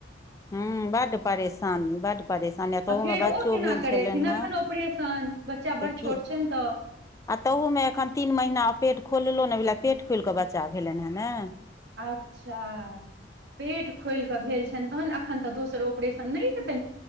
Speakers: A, on the left (about 15°); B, on the right (about 70°).
A: हू बड परेशानी बड परेशानी
B: तऽ
A: तहुंमे
B: फेर
A: बच्चो
B: ओ केना
A: भेल
B: करेथिन
A: छलनि हैं।
B: एखन ऑपरेशन बच्चा बड़
A: तऽ
B: छोट
A: की
B: छनि तऽ
A: आ तहूमे एखन तीन महीना आ पेट खोललो नहि भेल आ पेट खोलि कऽ बच्चा भेलनि हैं ने
B: अच्छा पेट खोलि कऽ भेल छनि, तहन एखन तऽ दोसर ऑपरेशन नहि हे